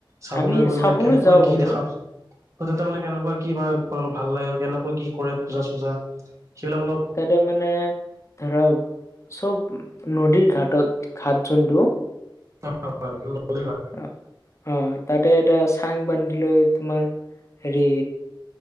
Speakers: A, on the right; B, on the left.
A: চাবলৈ
B: আমি
A: গৈ মানে কেনেকৈ
B: যাওঁ
A: কি
B: বাৰু
A: দেখা। হয়, তাৰমানে, কেনেকুৱা কি হয়, তোমালোকৰ ভাল লাগে বা কেনেকুৱা কি কৰে পূজা- চূজা। সেইবিলাক অলপ
B: তাতে মানে, ধৰক, চব নদীৰ ঘাটত ঘাট যোনটো
A: <unintelligible>
B: অ', অ' তাতে এটা চাং বান্ধি লৈ তোমাৰ হেৰি